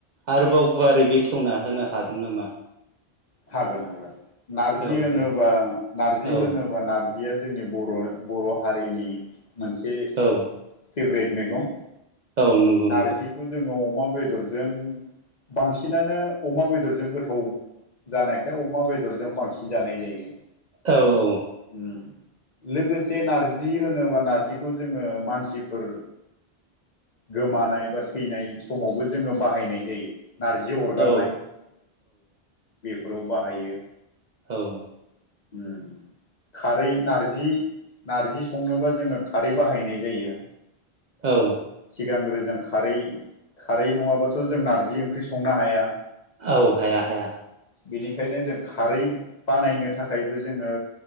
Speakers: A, on the right; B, on the left.
A: आरोबाव गुवारै बेखेवना होनो हागोन नामा?
B: हागोन हागोन नार्जि
A: औ
B: होनोबा
A: दे
B: नार्जि
A: औ
B: होनोबा नार्जिया जोंनि बर'नो बर' हारिनि मोनसे
A: औ
B: फेभ्रेट मेगं।
A: औ नंगौ
B: नार्जिखौ
A: नंगौ
B: जोङो अमा बेदरजों बांसिनानो अमा बेदरजों गोथाव जानायखाय अमा बेदरजों बांसिन जानाय जायो।
A: औ औ।
B: उम लोगोसे नार्जि होनोबा नार्जिखौ जोङो मानसिफोर गोमानाय बा थैनाय समावबो जोङो बाहायनाय जायो। नार्जि अरगारनाय
A: औ
B: बेफोराव बाहायो।
A: औ।
B: उम। खारै नार्जि नार्जि संनोबा जोङो खारै बाहायनाय जायो।
A: औ।
B: सिगांग्रो जों खारै खारै नङाबाथ' जों नार्जि ओंख्रि संनो हाया।
A: औ हाया हाया।
B: बेनिखायनो जों खारै बानायनो थाखायबो जोङो